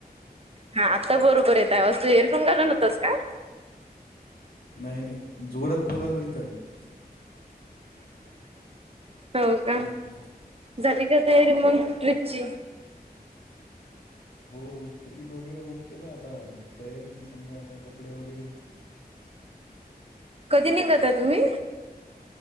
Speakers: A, on the right; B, on the left.
A: हा आता बरोबर येतय व तू एयरफोन घालून होतोस का
B: नाही नाही जोरात बोलायलायता आहे
A: हो का
B: हम्म,
A: झाली का तयारी मग रुची
B: हो तिकीट वगैरे बुक केला आता तयारी समजा आता कपडे वगैरे
A: कधी निघता तुम्ही